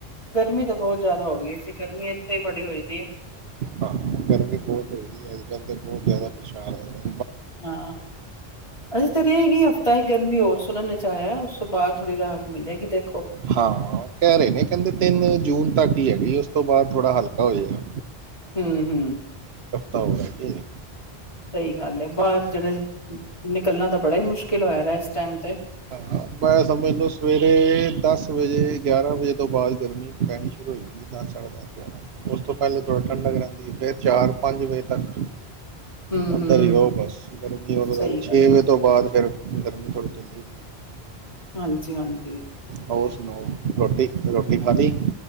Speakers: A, on the left; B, on the right.
A: ਗਰਮੀ ਤਾਂ ਬਹੁਤ ਜ਼ਿਆਦਾ ਹੋ ਗਈ ਸੀ ਗਰਮੀ ਇੱਥੇ ਹੀ ਬੜੀ ਹੋਈ ਦੀ ਏ
B: ਹਾਂ ਗਰਮੀ ਬਹੁਤ ਹੋਈਦੀ ਹੈ ਅੱਜ ਕੱਲ੍ਹ ਤੇ ਬਹੁਤ ਜ਼ਿਆਦਾ ਪਰੇਸ਼ਾਨ ਹੋਏ
A: ਹਾਂ ਅੱ ਤੇਰੇਗੀ ਹਫ਼ਤਾ ਹੀ ਗਰਮੀ ਹੋਰ ਸੁਣ ਨੇ ਆਆ ਉਸ ਤੋਂ ਬਾਅਦ ਥੋੜੀ ਰਾਹਤ ਮਿਲੇਗੀ ਤੇ
B: ਹਾਂ ਕਹਿ ਰਹੇ ਨੇ ਕਹਿੰਦੇ ਤਿੰਨ ਜੂਨ ਤੱਕ ਹੀ ਹੈਗੀ ਉਸ ਉਸ ਤੋਂ ਬਾਅਦ ਥੋੜ੍ਹਾ ਹਲਕਾ ਹੋ ਜਾਏਗਾ
A: ਹੂੰ ਹੂੰ
B: ਤਾਂ ਹੋਰਗੇ
A: ਸਹੀ ਗੱਲ ਹੈ ਬਾਹਰ ਜਿਹੜੇ ਨਿਕਲਣਾ ਤਾਂ ਬੜਾ ਹੀ ਮੁਸ਼ਕਿਲ ਹੋਇਆ ਟਾਈਮ ਤੇ
B: ਹਾਂ ਮੈਂ ਸਮਝ ਲੋ ਸਵੇਰੇ ਦਸ ਦਸ ਵਜੇ ਗਿਆਰਾਂ ਵਜੇ ਤੋਂ ਬਾਅਦ ਗਰਮੀ ਪੈਣੀ ਸ਼ੁਰੂ ਹੋ ਜਾਂਦੀ ਦਸ ਸਾਢਾ ਦਸ ਗਿਆਰਾਂ ਵੇ ਉਸ ਤੋਂ ਪਹਿਲੇ ਥੋੜਾ ਠੰਡਕ ਰਹਿੰਦੀ ਫੇਰ ਚਾਰ ਪੰਜ ਵਜੇ ਤੱਕ
A: ਹੂੰ
B: ਅੰਦਰ
A: ਹੂੰ
B: ਹੀ ਰਹੋ ਬਸ ਗਰਮੀ ਉਦੋਂ
A: ਸਹੀ
B: ਤੱਕ ਛੇ
A: ਗੱਲ
B: ਵਜੇ ਤੋਂ ਬਾਅਦ ਫਿਰ ਗਰਮੀ ਥੋੜੀ ਲੀ
A: ਹਾਂਜੀ ਹਾਂਜੀ
B: ਹੋਰ ਸੁਣਾਓ ਰੋਟੀ, ਰੋ ਲਿਫਾਦੇ